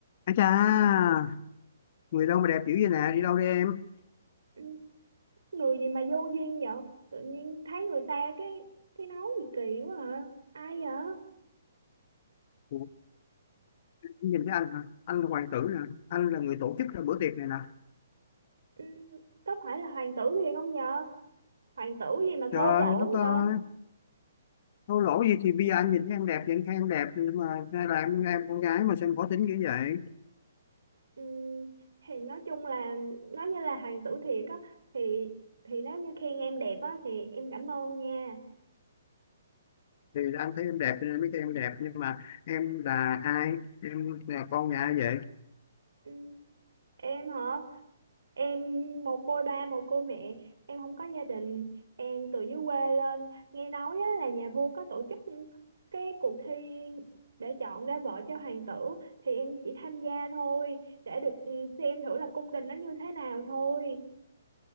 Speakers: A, on the left; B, on the right.
A: À cha, người đâu mà đẹp dữ vậy nè, đi đâu đi em?
B: Ừ, người gì mà vô duyên vậy tự nhiên thấy người ta cái cái nói gì kỳ quá hả ai vậy
A: Ủa, em nhìn thấy anh hả? Anh là hoàng tử nè, anh là người tổ chức ra bữa tiệc này nè.
B: ừ, có phải là hoàng tử thiền không nhờ hoàng tử gì mà
A: Trời
B: thô lỗ
A: ơi, đất
B: vậy
A: ơi, thô lỗ gì thì bây giờ anh nhìn thấy em đẹp, vậy anh khen em đẹp, nhưng mà hay là em, em con gái mà sao em khó tính như vậy?
B: ừ, thì nói chung là nói như là hoàng tử thiệt á thì thì nếu như khen em đẹp á thì em cảm ơn nha
A: Thì anh thấy em đẹp cho nên mới khen em đẹp, nhưng mà em là ai? Em là con nhà ai vậy?
B: ừ, em hả em mồ côi ba mồ côi mẹ em không có gia đình em từ dưới quê lên nghe nói á, là nhà vua có tổ chức cái cuộc thi để chọn ra vợ cho hoàng tử thì em chỉ tham gia thôi để được ừ, xem thử là cung đình nó như thế nào thôi